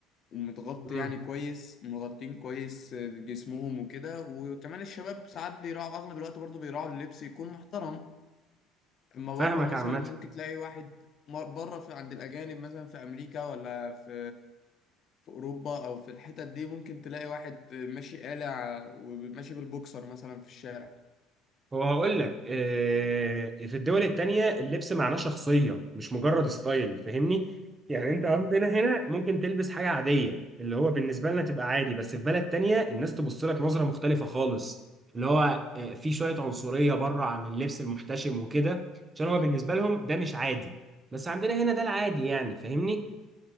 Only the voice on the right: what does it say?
امم
فاهمك
عامه
هو هقول لك آه، في الدول التانية اللبس معناه شخصية مش مجرد ستايل فاهمني؟ يعني انت عندنا هنا ممكن تلبس حاجة عادية اللي هو بالنسبة لنا تبقى عادي بس في بلد تانية الناس تبص لك نظرة مختلفة خالص اللي هو آه، في شوية عنصرية بره عن اللبس المحتشم وكده عشان هو بالنسبة لهم ده مش عادي بس عندنا هنا ده العادي يعني فاهمني؟